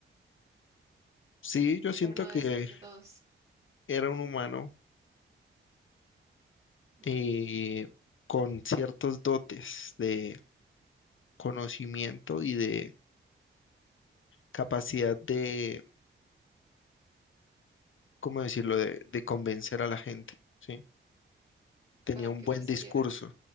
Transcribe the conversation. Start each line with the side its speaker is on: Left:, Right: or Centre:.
Left: Sí, yo siento
Right: por no
Left: que
Right: decir que todos,
Left: era un humano
Right: mm,
Left: eh, con ciertos dotes de conocimiento y de capacidad de ¿cómo decirlo?, de, de convencer a la gente, ¿sí? Tenía
Right: para que
Left: un buen
Right: lo siguieran.
Left: discurso.